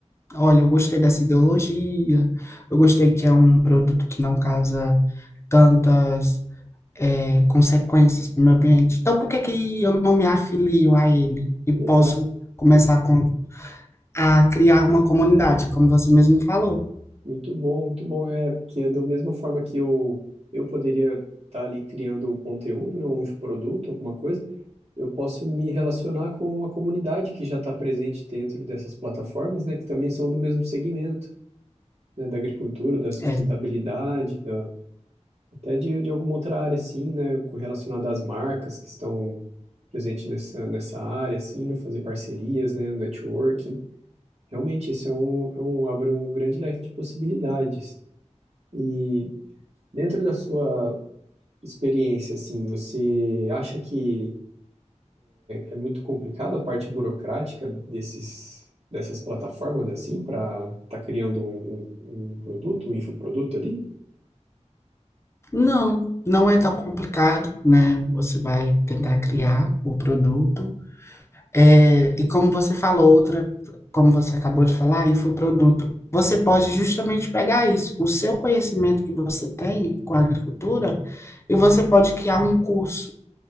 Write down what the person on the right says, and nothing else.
exato,
muito bom, muito bom. É, que é da mesma forma que eu, eu poderia estar ali criando um conteúdo, né, um infoproduto, alguma coisa, eu posso me relacionar com a comunidade que já está presente dentro dessas plataformas, né, que também são do mesmo segmento, né, da agricultura, da sustentabilidade,
da, até de, de alguma outra área, assim, né, com- relacionada às marcas que estão presentes nessa, nessa área, assim, né, fazer parcerias, né, networking. Realmente, isso é um, é um, abre um grande leque de possibilidades. E dentro da sua experiência, assim, você acha que é muito complicado a parte burocrática desses, dessas plataformas assim para estar tá criando um, um, um produto, um infoproduto ali?